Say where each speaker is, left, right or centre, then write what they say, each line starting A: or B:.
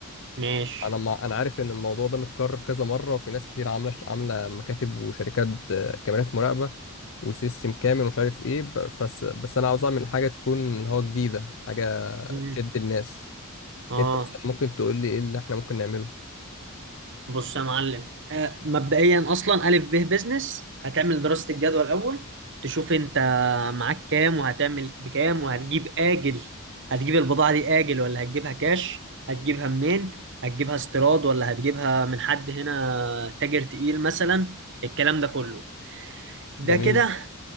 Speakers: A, on the right; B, on the left.
A: ماشي
B: انا ما انا عارف ان الموضوع ده متكرر كذا مره وفي ناس كتير عامله عامله مكاتب وشركات آه، كاميرات مراقبه وسيستم كامل ومش عارف ايه ب- بس بس انا عاوز اعمل حاجه تكون هو جديده حاجه
A: مم.
B: تشد الناس
A: اه
B: انت مثلا ممكن تقول لي ايه اللي احنا ممكن نعمله
A: بص يا معلم آه، مبدئيا اصلا الف ب بزنس هتعمل دراسه الجدوى الاول تشوف انت معاك كام وهتعمل بكام وهتجيب اجل هتجيب البضاعه دي اجل ولا هتجيبها كاش هتجيبها منين هتجيبها استيراد ولا هتجيبها من حد هنا تاجر تقيل مثلا الكلام ده كله ده
B: جميل
A: كده